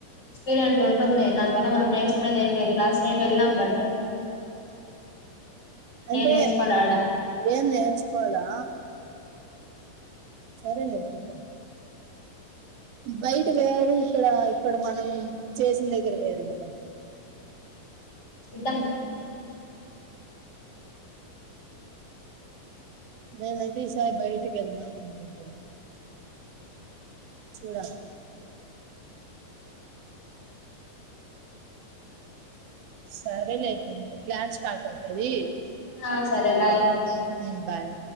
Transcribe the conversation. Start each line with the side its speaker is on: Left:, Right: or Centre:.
Left: ఎక్స్పీరియన్స్ ఉంటుంది దానివల్ల మనం నేర్చుకునేది ఏంలేదు లాస్ట్ టైం వెళ్ళాం గదా
Right: అంటే
Left: నేర్చుకోలే ఆడ
Right: ఏం నేర్చుకోలా సరేలే చూద్దాం బయట వేరు ఇక్కడ ఇక్కడ మనం చేసిన దగ్గర వేరు గదా
Left: చూద్దాం
Right: నేనైతే ఈసరి బయటికి వెళ్దాము అనుకుంటా చూడాలి సరేలె అయితే క్లాస్ స్టార్ట్ అవుతది
Left: ఆ సరే బాయ్
Right: ఉ బాయ్